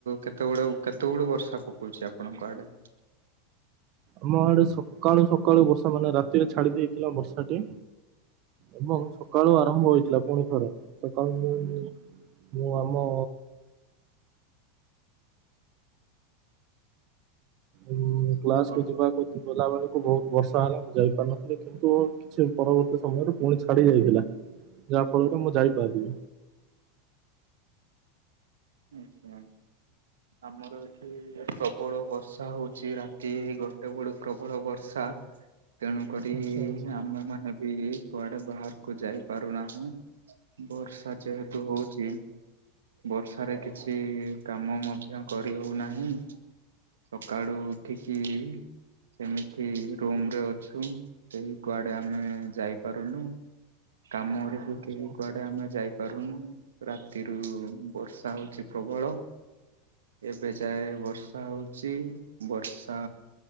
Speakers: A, on the right; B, on the right.
A: କେତେ ଗୁଡେ କେତେ ବେଳୁ ବର୍ଷା ପକଉଛି ଆପଣଙ୍କ ଆଡେ।
B: ଆମ ଆଡେ ସକାଳୁ ସକାଳୁ ବର୍ଷା ମାନେ ରାତିରେ ଛାଡି ଦେଇେଥିଲା ବର୍ଷାଟି। ଏବଂ ସକାଳୁ ଆରମ୍ଭ ହୋଇଥିଲା ପୁଣି ଥରେ। ସକାଳୁ ମୁଁ ମୁଁ ଆମ। ଉଁ କ୍ଲାସକୁୁ
A: କଣ
B: ଯିବାକୁ ଗଲା ବେଳକୁ ବହୁତ ବର୍ଷା ହେଲା ମୁଁ ଯାଇ ପାରୁନଥିଲି କିନ୍ତୁ। ସେ ପରବର୍ତ୍ତୀ ସମୟରେ ପୁଣି ଛାଡି ଯାଇଥିଲା ଯାହା ଫଳରେ ମୁଁ ଯାଇପାରଲି।
A: ଆଛା। ଆମର ଏଠି ପ୍ରବଳ ବର୍ଷା ହଉଛି ରାତି ଗୋଟେ ବଳୁ ପ୍ରବଳ ବର୍ଷା। ତେଣୁ କରି
B: ଆଚ୍ଛା ଆଚ୍ଛା
A: ଆମେ ମାନେ। ବି କୁଆଡେ ବାହାରକୁ ଯାଇ ପାରୁନାହୁଁ ବର୍ଷା ଯେହେତୁ ହଉଛି। ବର୍ଷାରେ କିଛି କାମ ମଧ୍ୟ କରି ହଉନାହିଁ। ସକାଳୁ ଉଠିକି। ସେମିତି ରୁମ ରେ ଅଛୁ କେହି କୁଆଡେ ଆମେ ଯାଇପାରୁନୁ। କାମରେ ବି
B: ଆଚ୍ଛା
A: କେହି
B: ଆଚ୍ଛା
A: କୁଆଡେ
B: ଆଚ୍ଛା।
A: ଆମେ ଯାଇପାରୁନୁ ରାତିରୁ ବର୍ଷ ର୍ଷା ହଉଛି ପ୍ରବଳ। ଏବେ ଯାଏ ବର୍ଷା ହଉଚୀ ବର୍ଷା।